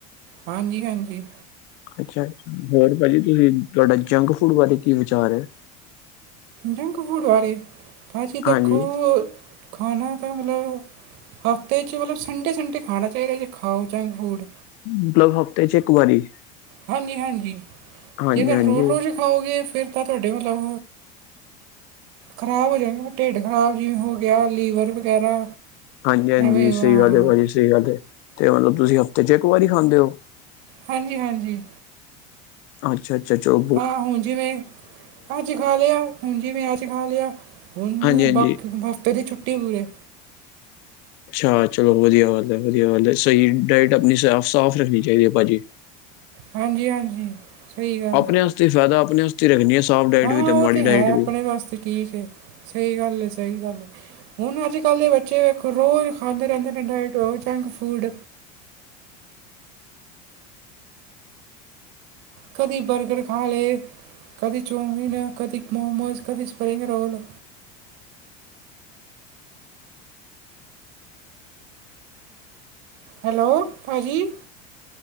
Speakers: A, on the right; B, on the left.
A: ਹਾਂਜੀ-ਹਾਂਜੀ।
B: ਅੱਛਾ ਹੋਰ ਭਾਜੀ ਤੁਸੀਂ ਤੁਹਾਡਾ ਜੰਕ ਫੂਡ ਬਾਰੇ ਕੀ ਵਿਚਾਰ ਐ?
A: ਜੰਕ ਫੂਡ ਬਾਰੇ ਭਾਜੀ ਦੇਖੋ
B: ਹਾਂਜੀ
A: ਖਾਣਾ ਤਾਂ ਮਤਲਬ, ਹਫਤੇ 'ਚ ਮਤਲਬ ਸੰਡੇ-ਸੰਡੇ ਖਾਣਾ ਚਾਹੀਦਾ ਜੇ ਖਾਓ ਜੰਕ ਫੂਡ।
B: ਮਤਲਬ ਹਫ਼ਤੇ ਚ' ਇੱਕ ਵਾਰੀ।
A: ਹਾਂਜੀ-ਹਾਂਜੀ
B: ਹਾਂਜੀ
A: ਜੇਕਰ
B: ਹਾਂਜੀ
A: ਰੋਜ਼-ਰੋਜ਼ ਖਾਓਗੇ ਫਿਰ ਤਾਂ ਤੁਹਾਡੇ ਮਤਲਬ ਖ਼ਰਾਬ ਹੋ ਜਾਏਗੇ ਢਿੱਡ ਖ਼ਰਾਬ ਜਿਵੇਂ ਹੋ ਗਿਆ ਲੀਵਰ ਵਗੈਰਾ।
B: ਹਾਂਜੀ-ਹਾਂਜੀ
A: ਐਵੇਂ
B: ਸਹੀ
A: ਹਾਂ
B: ਗੱਲ ਹੈ ਭਾਜੀ ਸਹੀ ਗੱਲ ਹੈ ਤੇ ਮਤਲਬ ਤੁਸੀਂ ਹਫ਼ਤੇ ਚ ਇੱਕ ਵਾਰੀ ਖਾਂਦੇ ਓ?
A: ਹਾਂਜੀ-ਹਾਂਜੀ।
B: ਅੱਛਾ-ਅੱਛਾ ਚਲ
A: ਹਾਂ ਹੁਣ ਜਿਵੇਂ ਅੱਜ ਖਾ ਲਿਆ ਹੁਣ ਜਿਵੇਂ ਅੱਜ ਖਾ ਲਿਆ ਹੁਣ
B: ਹਾਂਜੀ-ਹਾਂਜੀ,
A: ਵਕਤ ਹਫ਼ਤੇ ਦੀ ਛੁੱਟੀ ਪੂਰੇ।
B: ਅੱਛਾ ਚਲੋ ਵਧੀਆ ਗੱਲ ਐ ਵਧੀਆ ਗੱਲ ਐ ਸਹੀ ਡਾਇਟ ਆਪਣੀ ਸਾਫ਼-ਸਾਫ਼ ਰੱਖਣੀ ਚਾਹੀਦੀ ਐ ਭਾਜੀ।
A: ਹਾਂਜੀ-ਹਾਂਜੀ। ਸਹੀ ਗੱਲ
B: ਆਪਣੇ ਵਾਸਤੇ ਫਾਇਦਾ ਆਪਣੇ ਵਾਸਤੇ ਰੱਖਣੀ ਹੈ ਸਾਫ਼ ਡਾਇਟ
A: ਆ ਹਾਂ
B: ਵੀ
A: ਉਹ
B: ਮਾੜੀ
A: ਤੇ
B: ਡਾਇਟ
A: ਹੈ ਆਪਣੇ
B: ਵੀ,
A: ਵਾਸਤੇ ਠੀਕ ਏ। ਸਹੀ ਗੱਲ ਹੈ-ਸਹੀ ਗੱਲ ਹੈ। ਹੁਣ ਅੱਜ-ਕੱਲ ਦੇ ਬੱਚੇ ਵੇਖੋ ਰੋਜ਼ ਖਾਂਦੇ ਰਹਿੰਦੇ ਨੇ ਡਾਇਟ ਓ ਜੰਕ ਫੂਡ। ਕਦੀ ਬਰਗਰ ਖਾ ਲੇ ਕਦੀ ਚਊਮੀਨ ਕਦੀ ਮੋਮੋਸ ਕਦੀ ਸਪਰਿੰਗ ਰੋਲ। ਹੈਲੋ ਭਾਜੀ।